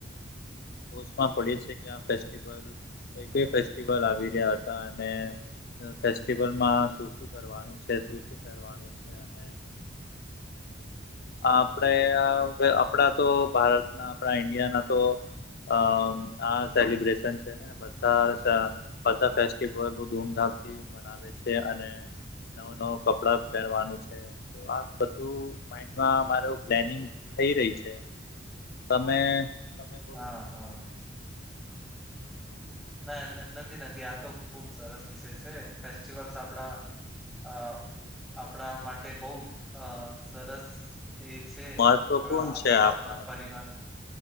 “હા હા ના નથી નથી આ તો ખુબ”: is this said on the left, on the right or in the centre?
Centre